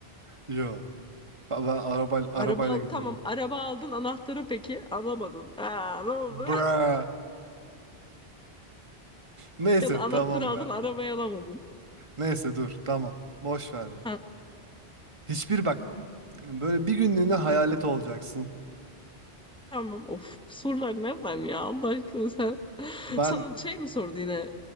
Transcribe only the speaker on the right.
yo. Ben araba arabayla
gidiyorum.
Bra.
Neyse
tamam
ya.
Neyse dur tamam. Boş ver bunu.
Hiçbir bak. Böyle bir günlüğüne hayalet olacaksın.
Ben